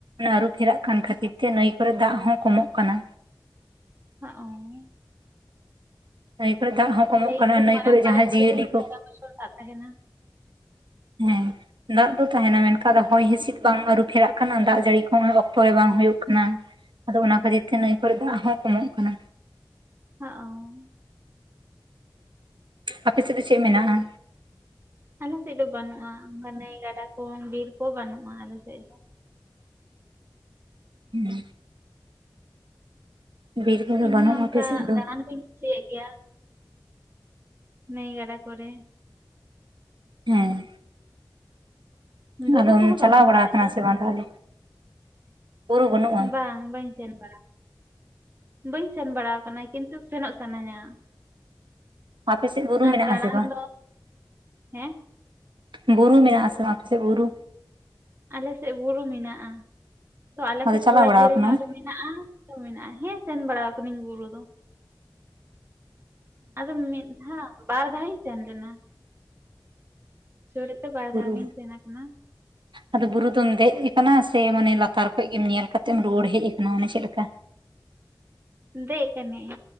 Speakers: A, on the right (about 85°); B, on the right (about 30°).
A: ᱟᱹᱨᱩ ᱯᱷᱮᱨᱟᱜ ᱠᱟᱱ ᱠᱷᱟᱹᱛᱤᱨ ᱛᱮ ᱱᱟᱹᱭ ᱠᱚᱨᱮ ᱫᱟᱜ ᱦᱚᱸ ᱠᱚᱢᱚᱜ ᱠᱟᱱᱟ
B: <unintelligible>
A: <inaudible>
B: ᱞᱟᱹᱭ ᱟᱠᱚ
A: ᱱᱟᱹᱭ
B: ᱢᱟᱨᱟᱝ
A: ᱠᱚᱨᱮ
B: ᱢᱟᱨᱟᱝ
A: ᱡᱟᱦᱟᱸ
B: ᱱᱟᱹᱭ
A: ᱡᱤᱭᱟᱹᱞᱤ
B: ᱠᱚᱨᱮ ᱫᱚ
A: ᱠᱚ
B: ᱥᱟᱨᱟ ᱵᱚᱪᱷᱚᱨ ᱫᱟᱜ ᱛᱟᱦᱮᱱᱟ
A: ᱦᱮᱸ ᱫᱟᱜ ᱫᱚ ᱛᱟᱦᱮᱱᱟ ᱢᱮᱱᱠᱷᱟᱱ ᱟᱫᱚ ᱦᱚᱭ ᱦᱤᱥᱤᱫ ᱵᱟᱝ ᱟᱹᱨᱩ ᱯᱷᱮᱨᱟᱜ ᱠᱟᱱᱟ ᱫᱟᱜ ᱡᱟᱹᱲᱤ ᱠᱚ ᱦᱚᱸ <unintelligible> ᱵᱟᱝ ᱦᱩᱭᱩᱜ ᱠᱟᱱᱟ ᱟᱫᱚ ᱚᱱᱟ ᱠᱷᱟᱹᱛᱤᱨ ᱛᱮ ᱱᱟᱹᱭ ᱠᱚᱨᱮ ᱫᱟᱜ ᱦᱚᱸ ᱠᱚᱢᱚᱜ ᱠᱟᱱᱟ
B: <unintelligible>
A: ᱟᱯᱮ ᱥᱮᱫ ᱫᱚ ᱪᱮᱫ ᱢᱮᱱᱟᱜ-ᱟ?
B: ᱟᱞᱮ ᱥᱮᱫ ᱫᱚ ᱵᱟᱹᱱᱩᱜ-ᱟ ᱚᱱᱠᱟ ᱱᱟᱹᱭ ᱜᱟᱰᱟ ᱠᱚ, ᱵᱤᱨ ᱠᱚ ᱵᱟᱹᱱᱩᱜ-ᱟ ᱟᱞᱮ ᱥᱮᱫ ᱫᱚ
A: <inaudible> ᱵᱤᱨ ᱠᱚᱫᱚ
B: ᱤᱧᱦᱚ
A: ᱵᱟᱹᱱᱩᱜᱼᱟ
B: ᱚᱱᱠᱟ
A: ᱟᱯᱮ ᱥᱮᱫ ᱫᱚ
B: ᱫᱟᱬᱟᱱ ᱠᱩᱧ ᱠᱩᱥᱤᱭᱟᱜ ᱜᱮᱭᱟ ᱱᱟᱹᱭ ᱜᱟᱰᱟ ᱠᱚᱨᱮ
A: ᱦᱮᱸ
B: ᱵᱩᱨᱩ
A: ᱟᱫᱚᱢ
B: ᱠᱚᱦᱚᱸ
A: ᱪᱟᱞᱟᱣ
B: ᱵᱟᱹᱱᱩᱜᱼᱟ ᱟᱯᱮ
A: ᱵᱟᱲᱟᱣ
B: ᱥᱮᱫ
A: ᱠᱟᱱᱟ
B: ᱫᱚ?
A: ᱥᱮ ᱵᱟᱝ ᱛᱟᱦᱚᱞᱮ? ᱵᱩᱨᱩ ᱵᱟᱹᱱᱩᱜᱼᱟ
B: ᱵᱟᱝ ᱵᱟᱹᱧ ᱥᱮᱱ ᱵᱟᱲᱟ ᱵᱟᱹᱧ ᱥᱮᱱ ᱵᱟᱲᱟ ᱟᱠᱟᱱᱟ ᱠᱤᱱᱛᱩ ᱥᱮᱱᱚᱜ ᱥᱟᱱᱟᱧᱟ
A: ᱟᱯᱮ ᱥᱮᱫ ᱵᱩᱨᱩ
B: ᱟᱨ
A: ᱢᱮᱱᱟᱜ
B: ᱫᱟᱬᱟᱱ
A: ᱟᱥᱮ ᱵᱟᱝ?
B: ᱫᱚ ᱦᱮᱸ
A: ᱵᱩᱨᱩ ᱢᱮᱱᱟ ᱟᱥᱮ ᱵᱟᱝ ᱟᱯᱮ ᱥᱮᱫ ᱵᱩᱨᱩ?
B: ᱟᱞᱮᱥᱮᱫ ᱵᱩᱨᱩ ᱢᱮᱱᱟᱜ-ᱟ ᱛᱚ ᱟᱞᱮ
A: ᱟᱫᱚ
B: ᱠᱷᱚᱡ
A: ᱪᱟᱞᱟᱣ
B: ᱛᱷᱚᱲᱟ
A: ᱵᱟᱲᱟ
B: ᱡᱷᱟᱹᱞ
A: ᱟᱠᱟᱱᱟᱢ
B: ᱧᱚᱜ ᱨᱮ ᱢᱮᱱᱟᱜ-ᱟ ᱛᱚ ᱢᱮᱱᱟᱜ-ᱟ ᱦᱮᱸ ᱥᱮᱱ ᱵᱟᱲᱟᱣ ᱠᱟᱱᱟᱧ ᱵᱩᱨᱩ ᱫᱚ ᱟᱫᱚ ᱢᱤᱫ ᱫᱷᱟᱣ ᱵᱟᱨ ᱫᱷᱟᱣ ᱤᱧ ᱥᱮᱱ ᱞᱮᱱᱟ 'ᱡᱳᱨ' ᱮᱫᱛᱮ ᱵᱟᱨ
A: ᱵᱩᱨᱩ
B: ᱫᱷᱟᱣ ᱜᱤᱧ ᱥᱮᱱ ᱠᱟᱱᱟ
A: ᱟᱫᱚ ᱵᱩᱨᱩ ᱫᱚᱢ ᱫᱮᱡ ᱟᱠᱟᱱᱟ ᱥᱮ ᱢᱟᱱᱮ ᱞᱟᱛᱟᱨ ᱠᱷᱚᱡ ᱜᱮᱢ ᱧᱮᱞ ᱠᱟᱛᱮᱢ ᱨᱩᱭᱟᱹᱲ ᱦᱮᱡ ᱟᱠᱟᱱᱟ ᱚᱱᱮ ᱪᱮᱫ ᱞᱮᱠᱟ
B: ᱫᱮᱡ ᱟᱠᱟᱹᱱᱟᱹᱧ